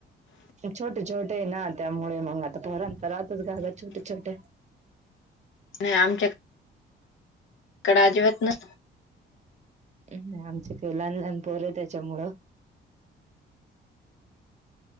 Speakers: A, on the right (about 35°); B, on the left (about 75°).
A: छोटे छोटे ना त्यामुळे मग आता पोरां राहतच ना ग छोटे छोटे.
B: नाही आमच्या कड अजिबात नस
A: आमच काही लहान लहानपोर आहे त्याच्यामुळं